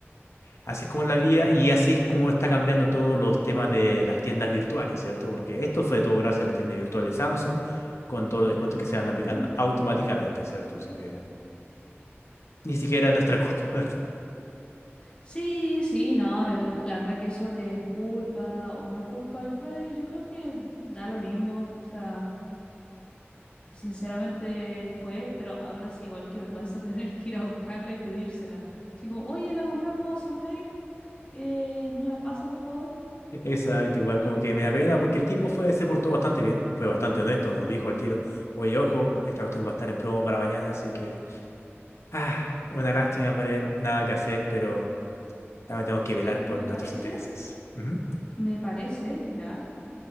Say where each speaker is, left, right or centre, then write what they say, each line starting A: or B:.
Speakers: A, on the left (about 85°); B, on the left (about 25°).
A: Así es como la vida y así es como está cambiando todos los temas de las tiendas virtuales, ¿cierto? Porque esto fue todo gracias a la tienda virtual de Samsung, con todos los descuentos que se van aplicando
B: Ujú.
A: automáticamente, ¿cierto? Así que ni siquiera es nuestra culpa, <laughs> la ¿verdad?
B: Sí, sí, no, eh, la verdad que eso de culpa o no culpa, yo- pues yo creo que da lo mismo. O sea, sinceramente fue, pero aún así igual que vergüenza <laughs> tener que ir a buscarla y pedírsela. Así como, oye, la compramos online, eh, ¿nos la pasa por favor?
A: Exacto,
B: Sí.
A: igual como que me da pena porque el tipo fue, se portó bastante bien, fue bastante honesto, nos dijo al tiro, oye, ojo, esta cuestión va a estar en promo para mañana, así que, ah, una lástima para él, nada que hacer, pero también tenemos que velar
B: Y me
A: por nuestros
B: parece,
A: intereses. Ujú.
B: me parece ya